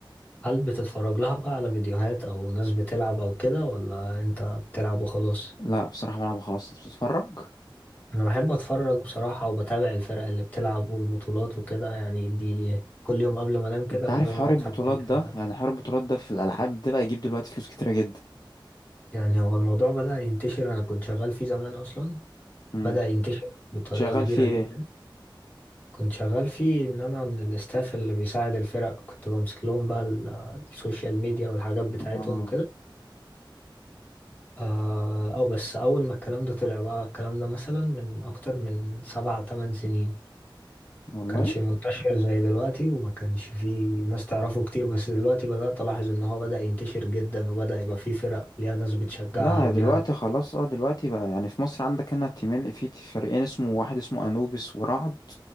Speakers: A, on the left; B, on the left.
A: هل بتتفرج لها بقى على فيديوهات أو ناس بتلعب أو كده ولا أنت بتلعب وخلاص؟
B: لا بصراحه بلعب خلاص انت بتتفرج
A: انا بحب اتفرج بصراحة وبتابع الفرق اللي بتلعب والبطولات وكده يعني دي كل يوم قبل ما انام كده
B: انت
A: لازم
B: عارف حوار
A: اقعد
B: البطولات
A: ساعتين تلاتة
B: ده يعني حوار البطولات ده في الالعاب ده بقى يجيب دلوقتي فلوس كتيره جدا
A: يعني هو الموضوع بدأ ينتشر انا كنت شغال فيه زمان اصلا
B: امم
A: بدأ ينتشر بطريقة
B: كنت شغال
A: كبيرة
B: فيه
A: جدا
B: ايه
A: كنت شغال فيه ان انا من الاستاف اللي بيساعد الفرق كنت بمسك لهم بقى ال- السوشيال ميديا والحاجات بتاعتهم
B: اه
A: وكده آه، او بس اول ما الكلام ده طلع بقى الكلام ده مثلا من اكتر من سبع تمن سنين
B: والله
A: كانش منتشر زي دلوقتي وما كانش فيه ناس تعرفه كتير بس دلوقتي بدأت ألاحظ إن هو بدأ ينتشر جدا وبدأ يبقى فيه فرق وليها ناس بتشجعها
B: لا
A: وليها
B: دلوقتي
A: ناس
B: خلاص اه دلوقتي بقى يعني في مصر عندك هنا تيمين في فريقين اسمه واحد اسمه انوبيس ورعد